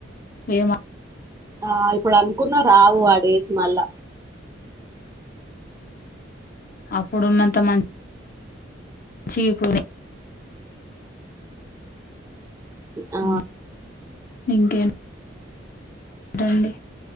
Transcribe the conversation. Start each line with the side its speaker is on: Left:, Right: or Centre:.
Left: ఏమా
Right: ఆ ఇప్పుడనుకున్నా రావు ఆ డేస్ మళ్ళా
Left: అప్పుడున్నంత మన్ జీపూనె
Right: ఆ
Left: మ్ ఇంకే బొండే